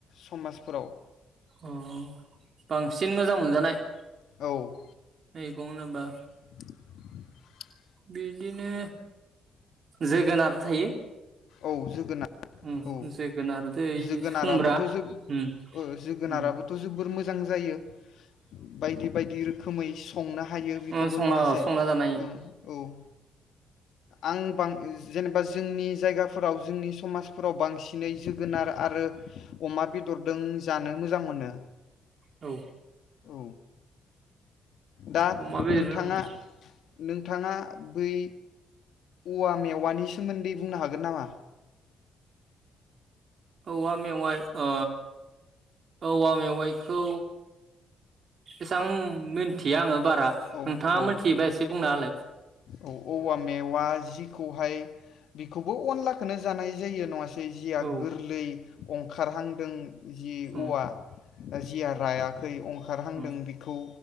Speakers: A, on the left (about 75°); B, on the right (about 50°).
A: समाजफोराव
B: अ बांसिन मोजां मोनजानाय
A: औ
B: मैगं होनोबा
A: <inaudible>
B: बिदिनो जोगोनार थायो
A: औ जोगोनार
B: ओं
A: औ
B: जोगोनार इदो
A: जोगोनाराबोथ'
B: खुमब्रा
A: जो
B: ओं
A: ओ जोगोनाराबोथ'
B: ओं
A: जोबोर मोजां जायो बायदि बायदि रोख खोमै संनो हायो बेखौबो
B: ओ संना
A: नङासै
B: संना
A: --
B: जानो
A: ओ--औ आं बां जेनेबा जोंनि जायगा फोराव जोंनि समाजफोराव बांसिनै जोगोनार आरो अमा बेदरदों जानो मोजां मोनो
B: औ
A: औ दा
B: अमा बेदरजों
A: नोंथाङा नोंथाङा बै औवा मेवानि सोमोन्दै बुंनो हागोन नामा
B: औवा मेवाइ अ औवा मेवाइखौ एसां मोन्थिया आङो बारा नोंथाङा
A: औ औ
B: मोनथियोबा एसे बुंना होलाय
A: औ औवा मेवा जिखौहाय बेखौबो अनलाखौनो जानाय जायो नङा जै जिया
B: औ
A: गोरलै अंखारहांदों जि
B: उम
A: औवा जिया राया खै अंखारहांदों
B: उम
A: बेखौ